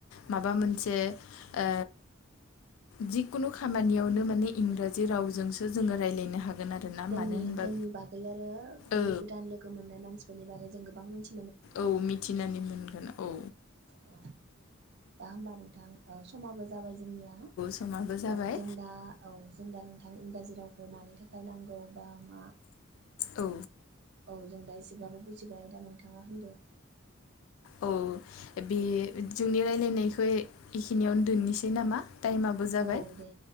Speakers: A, on the left (about 70°); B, on the right (about 55°).
A: माबा मोन से ओ जिखुनु खामानियावनो माने इंराजि
B: औ
A: रावजोंसो जोङो रायलायनो
B: औ
A: हागोन आरोना
B: जोंनि
A: मानो होनबा
B: जोंनि बागै आरो बै
A: औ
B: गोदान लोगो मोननाय मानसिफोरनि बागै जों गो बां मानसि
A: औ मिथिनानै मोनगोन औ
B: औ दा होमबा नोंथां ओ समाबो जाबाय जोंनिया औ
A: समाबो जाबाय
B: जोंना औ जोंना नों थां इंराजि रावखौ मानि थाखाय नांगौ बा मा
A: औ
B: औ जों दा एसेब्लाबो बुजिबाय दा नोंथाङा होनदो।
A: औ बे जोंनि रायलायनायखौ ए-एखिनियावनो दोननिसै नामा? टाइमआबो जाबाय
B: औ दे